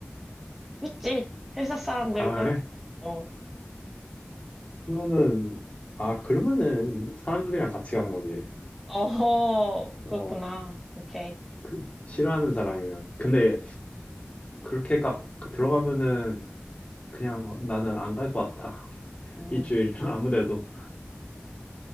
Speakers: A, in the centre; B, on the left.
A: 있지? 회사 사람들과
B: 아, 그래?
A: 어.
B: 그러면은, 아, 그러면은 사람들이랑 같이 가는 거지.
A: 어허.
B: 어,
A: 그렇구나. 오케이.
B: 그, 싫어하는 사람이면. 근데 그렇게 가, 들어가면은 그냥 나는 안 갈 것 같아. <laughs>
A: 음.
B: 일주일 아무 데도.